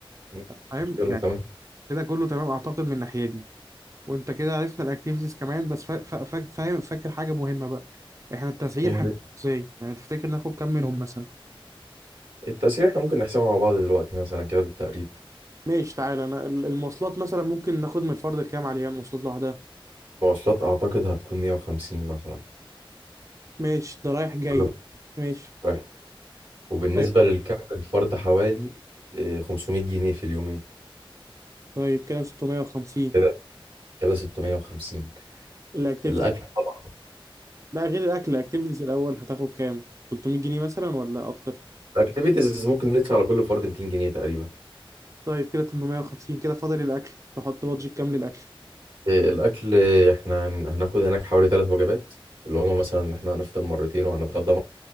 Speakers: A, on the right; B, on the right.
A: مش
B: فاهم
A: مشكلة
B: يعني
A: تمام
B: كده كله تمام اعتقد من الناحية دي وانت كده عرفنا الاكتيفيتيز كمان بس فا- فا- فا- فاهم فاكر حاجة مهمة بقى احنا التسعير
A: يعني
B: هنعمله ازاي يعني تفتكر ناخد كام منهم مثلا
A: التأشيرة إحنا ممكن نحسبها مع بعض دلوقتي مثلا كده بالتقريب
B: ماشي تعالى انا ال- المواصلات مثلا ممكن ناخد من الفرد كام عليها المواصلات لوحدها
A: مواصلات أعتقد هتكون 150 مثلا
B: ماشي ده رايح جاي
A: كله
B: ماشي
A: رايح وبالنسبة
B: طيب
A: للكامب الفرد حوالي آه، 500 جنيه في اليومين
B: طيب كده 650
A: كده كده 650
B: الاكتيفيتيز
A: الأكل طبعا
B: لا غير الاكل الاكتيفيتيز الاول هتاخد كام 300 جنيه مثلا ولا اكتر
A: الأكتيفيتيز ممكن ندفع على كل فرد 200 جنيه تقريبا
B: طيب كده 850 كده فاضل الاكل تحط بادجت كام للاكل
A: آه، الأكل آه، إحنا هن- هناخد هناك حوالي ثلاث وجبات اللي هما مثلا إن إحنا هنفطر مرتين وهنتغدى